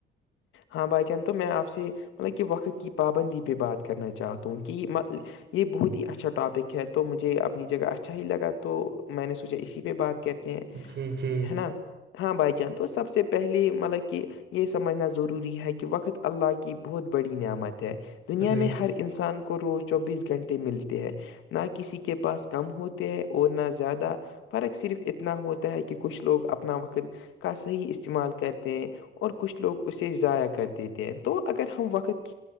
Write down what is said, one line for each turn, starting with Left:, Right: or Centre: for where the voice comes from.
Left: ہاں بھائی جان تو میں آپ سے مطلب کہ وقت کی پابندی پے بات کرنا چاہ تو کی <unintelligible>
Right: جی
Left: یے بہت اچھا ٹاپک ہے تو مجھے اپنی جگہ اچھا ہی لگا تو میں نے سوچا اسی پے بات کیا تے
Right: جی جی
Left: ہے نا ہاں بھائی جان تو سب سے پہلے مطلب کی یے سمجھنا ضروری ہے کی وقت اللہ کی بہت بڑی نعمت ہے دنیا
Right: جی
Left: میں ہر انسان کو روز چوبیس گھنٹے ملتے ہیں نا کسی کے پاس کم ہوتے ہیں اور نا زیادہ فرق صرف اتنا ہوتا ہے کی کچھ لوگ اپنا وقت کا صحیح استعمال کرتے ہیں اور کچھ لوگ اسے ضائع کر دے تے تو اگر ہم وقت کی